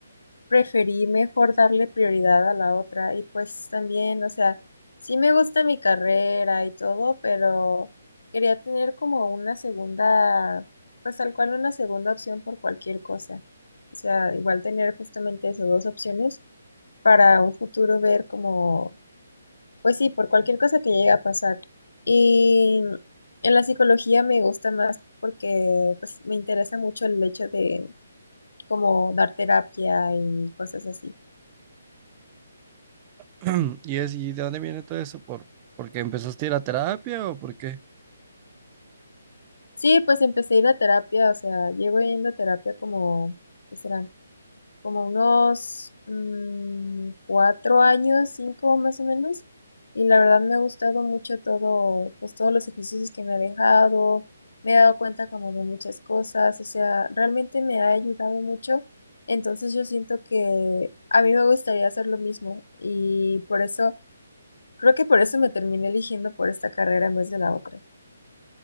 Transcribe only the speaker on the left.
preferí mejor darle prioridad a la otra y pues también, o sea, sí me gusta mi carrera y todo, pero quería tener como una segunda, pues tal cual una segunda opción por cualquier cosa. O sea, igual tener justamente esas dos opciones para un futuro ver como, pues sí, por cualquier cosa que llegue a pasar. Y en la psicología me gusta más porque pues me interesa mucho el hecho de como dar terapia y cosas así.
Sí, pues empecé a ir a terapia, o sea, llevo yendo a terapia como, ¿qué serán? Como unos mm, cuatro años, cinco más o menos. Y la verdad me ha gustado mucho todo, pues todos los ejercicios que me ha dejado. Me he dado cuenta como de muchas cosas, o sea, realmente me ha ayudado mucho. Entonces yo siento que a mí me gustaría hacer lo mismo y por eso, creo que por eso me terminé eligiendo por esta carrera en vez de la otra.